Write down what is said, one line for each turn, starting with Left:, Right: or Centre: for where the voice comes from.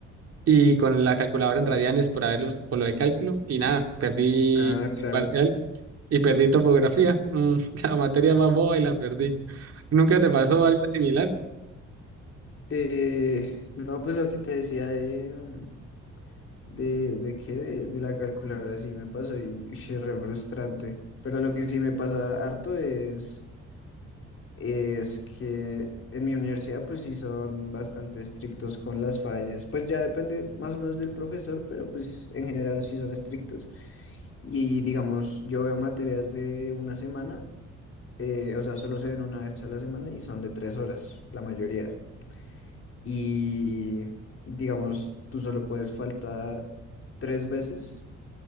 Right: y con la calculadora en radianes por haberlos, por lo de cálculo, y nada, perdí
Left: ah, claro.
Right: parcial y perdí topografía, mm, <laughs> la materia más boba y la perdí. ¿Nunca te pasó algo similar?
Left: Eh, no, pues lo que te decía de, mm, de, de qué, de, de la calculadora sí me pasó y, y es re frustrante. Pero lo que sí me pasa harto es, es que en mi universidad pues sí son bastante estrictos con las fallas. Pues ya depende más o menos del profesor, pero pues en general sí son estrictos. Y digamos, yo veo materias de una semana Eh, o sea, solo se ven una vez a la semana y son de tres horas, la mayoría. Y digamos, tú solo puedes faltar tres veces,